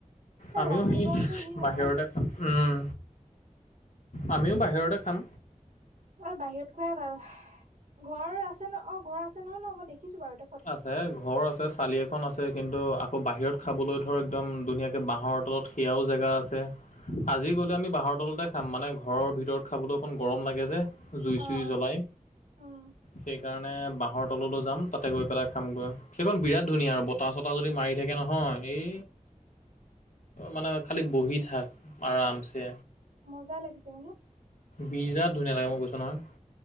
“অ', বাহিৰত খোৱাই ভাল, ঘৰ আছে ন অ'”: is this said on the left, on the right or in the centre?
Right